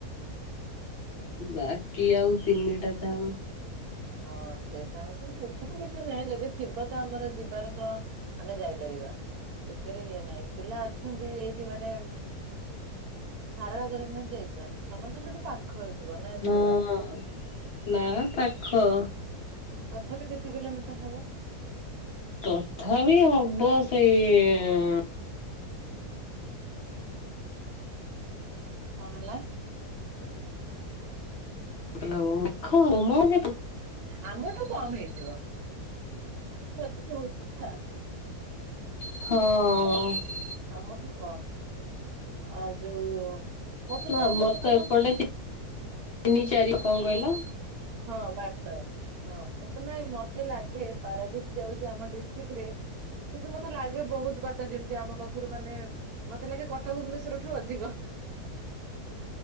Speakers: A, on the left; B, on the right.
A: ବାକି ଆଉ ତିନିଟା ଧାମ
B: ହଁ ସେଇଟା ହଉଚି ସେଥିରେ କିଛି ନାଇଁ ଯଦି ଥିବ ତ ଆମର ଯିବାର ତ ଆମେ ଯାଇପାରିବା ସେଥିରେ ଇଏ ନାହିଁ ପିଲା ଅଛନ୍ତି ଏଇଠି ମାନେ ସାରଳ ଗରେକନାଥ ଯାଇଛ ତମର ତ ସେଇଠୁ ପା ପାଖ ହେଇଥିବ ନା?
A: ହଁ
B: ଦୂର
A: ନା ପାଖ।
B: ତଥାପି କେତେ କିଲୋମିଟର ହବ?
A: ତଥାପି ହବ ସେଇ
B: କଣ ହେଲା?
A: <unintelligible>
B: ଆମଠୁ କମ ହେଇଥିବ ଆମର ଟିକେ ଅଧିକ ହଉଛି ନା।
A: ହଁ।
B: ଆମଠୁ କଣ ଆ ଯୋଉ ମତେ
A: ନା
B: ତ
A: ଆମର
B: ମାନେ ତମ
A: ତ ଏପଟେ ତିନି ଚାରି କଣ କହିଲ?
B: ହଁ ବାଟ। ହଁ ମୁଁ କ ନାଇଁ ମତେ ଲାଗେ ପାରାଦ୍ଵୀପ ଯାଉଚି ଆମ ଡିଷ୍ଟ୍ରିକରେ କିନ୍ତୁ ମତେ ଲାଗେ ବହୁତ୍ ବାଟ ଯେମତି ଆମ ପାଖୁରୁ ମାନେ ମତେ ଲାଗେ କଟକ ଭୁବନେଶ୍ୱରଠୁ ଅଧିକ।